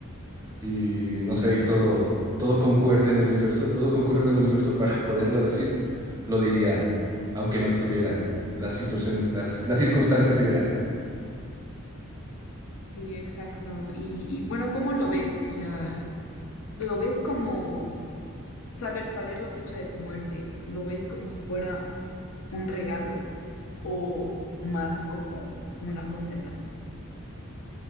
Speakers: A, on the right (about 15°); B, on the left (about 80°).
A: y no sé, y todo, todo concuerde en el universo, todo concurre en el universo para <laughs> poderla decir, lo diría, aunque no estuvieran las situaciones, las, las circunstancias ideales, ¿no?
B: Sí, exacto. Y, y bueno, ¿cómo lo ves? O sea, ¿lo ves como saber, saber la fecha de tu muerte? ¿Lo ves como si fuera un regalo o más como una condena.